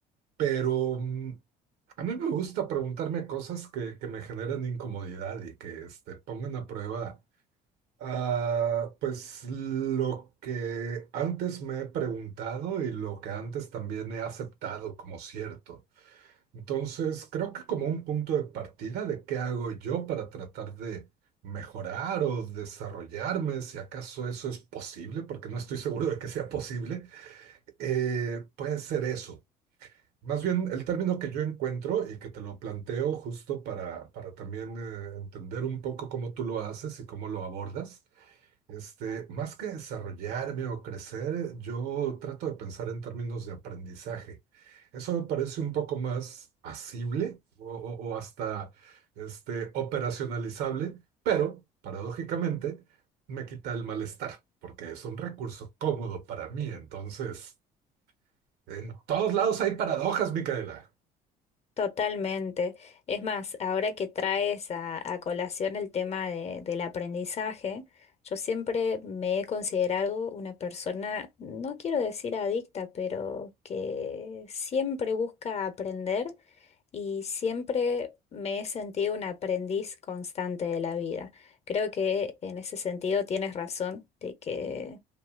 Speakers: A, on the right (about 80°); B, on the left (about 40°).
A: pero mm, a mí me gusta preguntarme cosas que, que me generan incomodidad y que este, pongan a prueba, ah, pues lo que antes me he preguntado y lo que antes también he aceptado como cierto. Entonces, creo que como un punto de partida de qué hago yo para tratar de mejorar o desarrollarme, si acaso eso es posible, porque no estoy seguro de que sea posible, eh, puede ser eso más bien, el término que yo encuentro y que te lo planteo justo para, para también eh, entender un poco cómo tú lo haces y cómo lo abordas, este, más que desarrollarme o crecer, yo trato de pensar en términos de aprendizaje. Eso me parece un poco más asible o, o- o hasta este, operacionalizable, pero paradójicamente me quita el malestar, porque es un recurso cómodo para mí. Entonces, en todos lados hay paradojas, Micaela.
B: Totalmente. Es más, ahora que traes a, a colación el tema de- del aprendizaje, yo siempre me he considerado una persona, no quiero decir adicta, pero que siempre busca aprender y siempre me he sentido un aprendiz constante de la vida. Creo que en ese sentido tienes razón de que